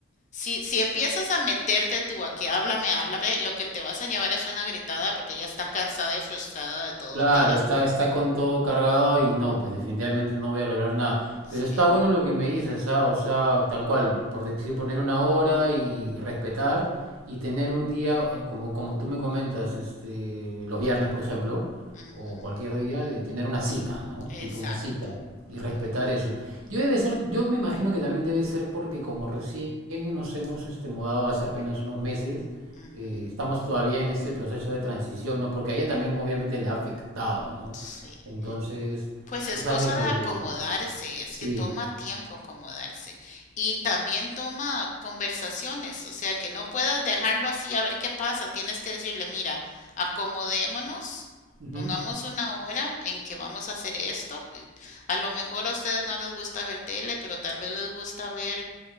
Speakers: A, on the left; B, on the right.
A: Si, si empiezas a meterte tú a que háblame, háblame, lo que te vas a llevar es una gritada porque ya está cansada y frustrada de todo
B: Claro,
A: el día.
B: está, está con todo cargado y no, pues definitivamente no voy a lograr nada.
A: Sí,
B: Pero está bueno lo que me dices, ah, O sea, tal cual, por decir, poner una hora y, y respetar y tener un día, eh, como, como tú me comentas, este, los viernes, por ejemplo,
A: ujú,
B: o cualquier día, de tener una cita, ¿no?
A: exacto,
B: Tipo una cita
A: ujú,
B: y respetar eso. Yo debe ser, yo me imagino que también debe ser porque como recién nos hemos este, mudado hace apenas unos meses,
A: ujú,
B: eh, estamos todavía en este proceso de transición, ¿no? Porque a ella también obviamente le ha afectado, ¿no?
A: sí.
B: Entonces,
A: Pues es
B: tú sabes
A: cosa
B: de que
A: de acomodarse, es
B: sí.
A: que toma tiempo acomodarse y también toma conversaciones, o sea, que no puedas dejarlo así a ver qué pasa, tienes que decirle, mira, acomodémonos,
B: Ujú.
A: pongamos una hora en que vamos a hacer esto, que a lo mejor a ustedes no les gusta ver tele, pero tal vez les gusta ver,